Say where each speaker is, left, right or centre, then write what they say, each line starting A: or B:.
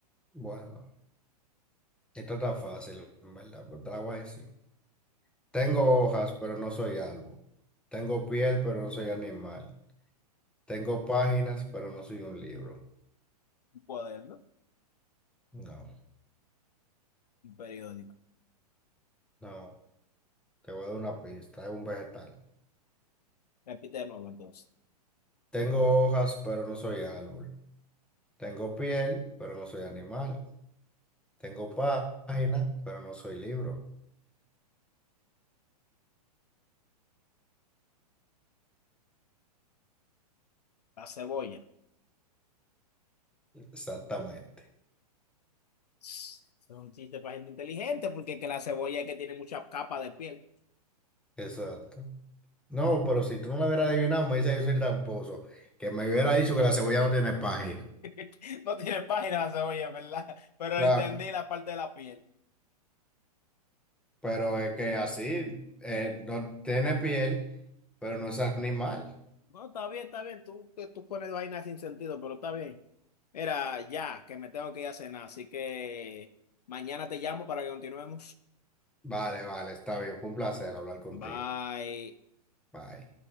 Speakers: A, in the centre; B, on the left.
A: bueno, esto está fácil, en verdad, pero te la voy a decir. Tengo hojas, pero no soy árbol. Tengo piel, pero no soy animal. Tengo páginas, pero no soy un libro.
B: Un cuaderno,
A: No,
B: un periódico.
A: no. Te voy a dar una pista. Es un vegetal.
B: Repite de nuevo entonces.
A: Tengo hojas, pero no soy árbol. Tengo piel, pero no soy animal. Tengo pá- página, pero no soy libro.
B: La cebolla.
A: Exactamente.
B: Es un chiste para gente inteligente porque es que la cebolla es que tiene muchas capas de piel.
A: Exacto. No, pero si tú no lo hubieras adivinado, me dice yo soy tramposo. Que me hubiera dicho que la cebolla no tiene página.
B: <laughs> No tiene página la cebolla, es ¿verdad? Pero
A: Claro.
B: entendí la parte de la piel.
A: Pero es que así, eh, no tiene piel, pero no es animal.
B: No, está bien, está bien. Tú, que tú pones vainas sin sentido, pero está bien. Era ya, que me tengo que ir a cenar, así que mañana te llamo para que continuemos.
A: Vale, vale, está bien. Fue un placer hablar contigo.
B: Bye.
A: Bye.